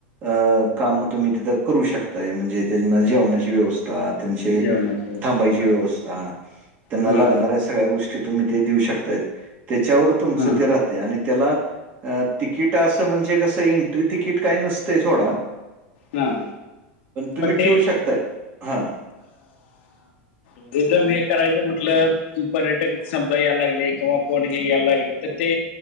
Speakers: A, on the right; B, on the left.
A: अ काम तुम्ही तिथं करू शकताय. म्हणजे त्यांना जेवणाची व्यवस्था त्यांचे
B: जेवणाची व्यवस्था
A: थांबायची
B: हां
A: व्यवस्था त्यांना
B: हां
A: लागणाऱ्या सगळ्या गोष्टी तुम्ही ते देऊ शकताय. त्याच्यावर तुमचं
B: हां हां
A: ते राह आणि त्याला तिकिट असं म्हणजे कसं एंट्री तिकीट काय नसतंय सोडा.
B: ह
A: तुम्ही
B: पण ते
A: ठेवू शकताय. हां.
B: टुरिझम हे करायचं म्हटलं पर्यटक समजा यायला लागले किंवा कोण हे यायला लागलं तर ते